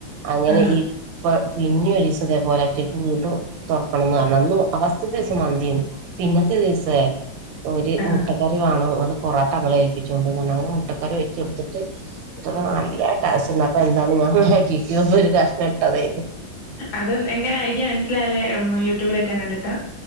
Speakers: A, on the right (about 80°); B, on the left (about 80°).
A: അങ്ങനെ
B: ആ
A: ഈപ്പ പിന്നീ ഒരീസം ഇതേപോലെ ഒറ്റയ്ക്ക് വീണ്ടും തുറക്കണന്നർഞ് അ ഫസ്റ്റ്തീസം മന്ധ്യേനി പിന്നത്തെ ദിവസേ ഒരു
B: ആ
A: മുട്ട കറി വേണം പൊറാട്ടങ്ങള് ഏൽപ്പിച്ചോണ്ട്ന്ന് പർഞ്ഞാണ്ട് അങ്ങനെ മുട്ടക്കറി വെചൊട്ത്തിട്ട് <unintelligible> നെട്ടതേ
B: അത് എങ്ങനെ ഐഡിയ മനസ്സിലായലേ യൂട്യൂബിലേറ്റം കണ്ടിട്ട